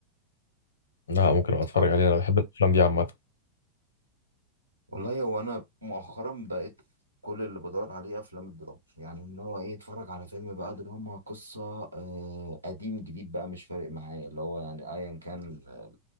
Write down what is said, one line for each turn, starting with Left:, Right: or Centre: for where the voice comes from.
Left: لا ممكن ابقى اتفرج
Right: أك-
Left: عليه انا بحب الافلام دي عامه
Right: والله هو انا مؤخرا بقيت كل اللي بدور عليه افلام الدراما يعني ان هو ايه اتفرج على فيلم بقى دراما قصه آه قديم جديد بقى مش فارق معايا اللي هو يعني ايا كان ال-